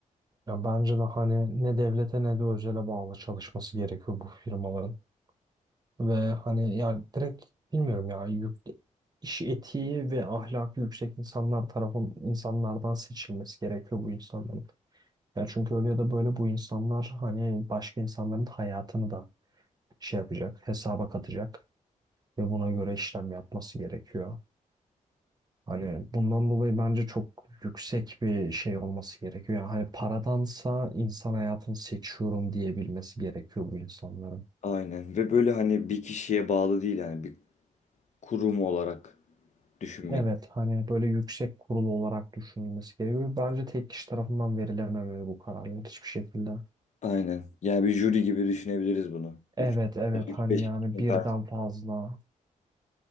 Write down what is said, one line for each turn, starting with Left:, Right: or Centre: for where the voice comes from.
Right: Ya bence de hani ne devlete ne de özele bağlı çalışması gerekiyor bu firmaların. Ve hani ya direkt bilmiyorum ya yük, iş etiği ve ahlakı yüksek insanlar tarafın insanlardan seçilmesi gerekiyor bu insanların. Ya çünkü öyle ya da böyle bu insanlar hani başka insanların hayatını da şey yapacak, hesaba katacak ve buna göre işlem yapması gerekiyor. Hani bundan dolayı bence çok yüksek bir şey olması gerekiyor. Yani hani paradansa insan hayatını seçiyorum diyebilmesi gerekiyor bu insanların.
Left: Aynen ve böyle hani bir kişiye bağlı değil yani bir kurum olarak düşünmek.
Right: Evet hani böyle yüksek kurulu olarak düşünülmesi gerekiyor. Bence tek kişi tarafından verilememeli bu kararlar hiçbir şekilde.
Left: Aynen. Yani bir jüri gibi düşünebiliriz bunu.
Right: Evet evet
Left: Üç
Right: hani
Left: beş
Right: yani
Left: kişinin
Right: birden
Left: karşısında.
Right: fazla